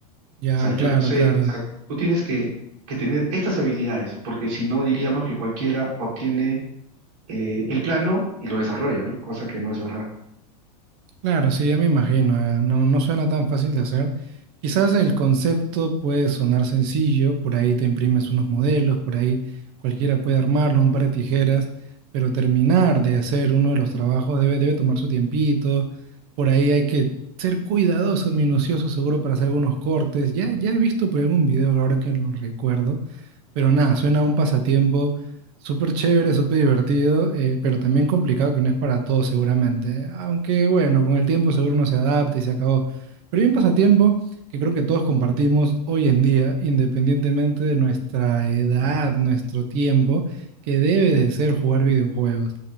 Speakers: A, on the right; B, on the right.
A: Ya,
B: O sea, yo
A: claro,
B: no sé,
A: claro.
B: o sea, tú tienes que, que tener estas habilidades, porque si no diríamos que cualquiera obtiene eh, el plano y lo desarrolla, ¿no? Cosa que no es verdad.
A: Claro, sí, ya me imagino, eh, No, no suena tan fácil de hacer. Quizás el concepto puede sonar sencillo, por ahí te imprimes unos modelos, por ahí cualquiera puede armarlo, un par de tijeras, pero terminar de hacer uno de los trabajos debe, debe tomar su tiempito, por ahí hay que ser cuidadoso, minucioso, seguro para hacer algunos cortes. Ya, ya he visto por algún video ahora que lo recuerdo, pero nada, suena a un pasatiempo. Súper chévere, súper divertido, eh, pero también complicado que no es para todos seguramente. Aunque bueno, con el tiempo seguro uno se adapta y se acabó. Pero hay un pasatiempo que creo que todos compartimos hoy en día, independientemente de nuestra edad, nuestro tiempo, que debe de ser jugar videojuegos.